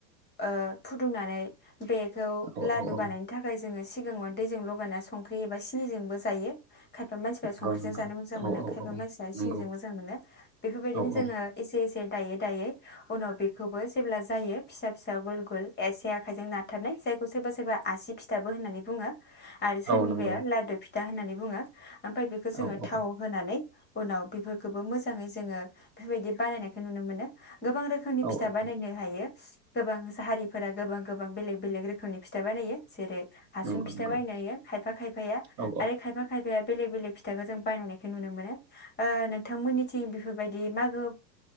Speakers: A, on the left; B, on the right.
A: ओ फुदुंनानै बेखौ
B: औ औ
A: लादु
B: औ
A: बानायनो थाखाय जोङो सि सिगाङाव दैजों लगायना संख्रि एबा सिनिजोंबो जायो। खायफा मानसिफ्रा संख्रिजों
B: नंगौ नंगौ
A: जानो मोजां
B: औ
A: मोनो
B: औ
A: खायफा
B: औ
A: मानसिया
B: नंगौ
A: सिनिजों मोजां मोनो। बेफोरबायदिनो
B: औ
A: जोङो
B: औ
A: एसे एसे दायै दायै उनाव बेखौबो जेब्ला जायो फिसा फिसा गुल गुल एसे आखाइजों नारथाबनाय सोरबा सोरबा आसि फिथाबो होननानै बुङो आरो सोरनिबाया
B: औ नंगौ
A: लादु फि था होननानै बुङो। ओमफ्राय बेखौ
B: औ
A: जोङो
B: औ
A: थाव होनानै उनाव बेफोरखौबो मोजाङै जोङो बेफोरबायदि बानायनायखौ नुनो मोनो गोबां रोखोमनि
B: औ
A: फिथा बानायनो हायो। गोबां मोसा हारिफोरा गोबां गोबां बेलेग बेलेग रोखोमनि फिथा बानायो जेरै- हासुं
B: नंगौ
A: फिथा
B: नंगौ
A: बानायो खायफा खायफाया
B: औ
A: आरो खायफा खायफाया बेलेक बेलेक फिथाखौ जों बानायनायखौ नुनो मोनो ओ नोंथां मोननिथिं थिं बेफोरबायदि मागो